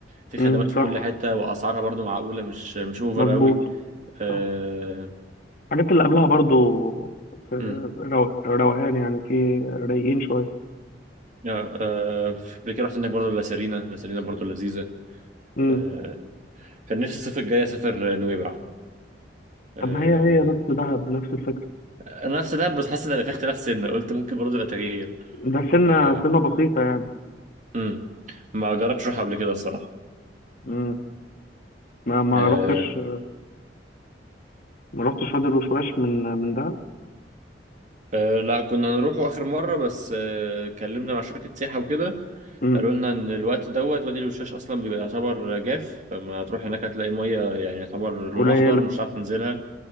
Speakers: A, on the right; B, on the left.
A: في
B: امم
A: خدمات في
B: صح
A: كل حته واسعارها برضو معقوله مش مش اوفر
B: مظبوط
A: قوي آه.
B: صح الحاجات اللي قبلها برضو في
A: مم.
B: رو- روقان يعني في رايقين شويه
A: اه آه، قبل كده رحت هناك برضه لسيرينا لسيرينا برضه لذيذه
B: امم
A: آه. كان نفسي الصيف الجاي اسافر نويبع آه،
B: طب ما هي هي نفس دهب نفس الفكره
A: انا نفس ده بس حاسس ان في اختلاف سنه قلت ممكن برضه يبقى تغيير
B: ده سنة
A: أه...
B: سنة بسيطة يعني
A: مم. ما جربتش اروح قبل كده الصراحه
B: مم. ما ما
A: أه...
B: رحتش ما رحتش وادي الوشواش من من ده
A: أه... لا كنا نروحوا اخر مره بس أه... كلمنا مع شركه سياحه وكده
B: مم.
A: قالوا لنا ان الوقت دوت وادي الوشاش اصلا بيبقى يعتبر جاف فما هتروح هناك هتلاقي ميه يعني يعتبر لونها
B: قليلة
A: اخضر مش هتعرف تنزلها